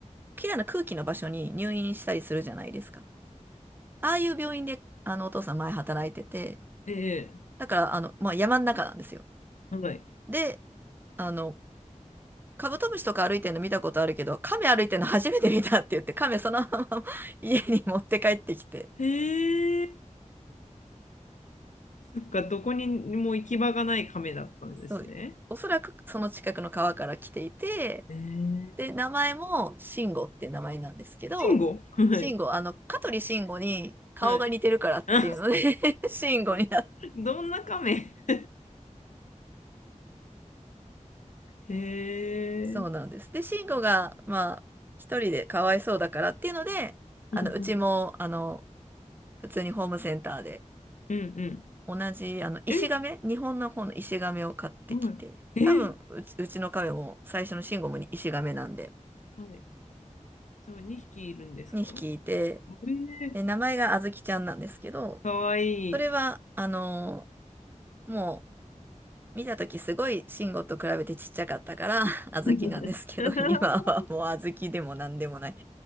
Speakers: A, on the right; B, on the left.
A: 綺麗な空気の場所に入院したりするじゃないですか。ああいう病院で、あの、お父さん前働いてて、
B: ええ
A: だから、あの、まあ、山の中なんですよ。
B: はい。
A: で、あの、カブトムシとか歩いてるの見たことあるけど、カメ歩いてるの初めて見たって言って、カメそのまま <laughs> 家に持って帰ってきて、
B: へえそっか、どこにも行き場がない亀だったんですね。
A: そう、おそらくその近くの川から来ていて、
B: えー、
A: で、名前もシンゴって名前なんですけど、
B: 慎吾 <laughs> はい。
A: シンゴ、あの、香取慎吾に顔が似てるからっていうので
B: はい。あ、
A: <laughs> シンゴになって、
B: どんな亀 <laughs> へえ。
A: そうなんです。で、シンゴが、まあ、一人でかわいそうだからっていうので、あの、
B: うんうん。
A: うちも、あの、普通にホームセンターで、
B: うんうん。
A: 同じ、あの、石亀、
B: え、
A: 日本の方の石亀を買ってきて、
B: はい。えー、
A: 多分、うち、うちの亀も最初の慎吾もに石亀なんで、
B: はい。じゃあ2匹いるんですか
A: 2匹いて、
B: えー、
A: で、名前があずきちゃんなんですけど、
B: かわいい。
A: それは、あのーもう、見た時すごい慎吾と比べてちっちゃかったから、<laughs>
B: <laughs>
A: あずきなんですけど、今はもうあずきでもなんでもない。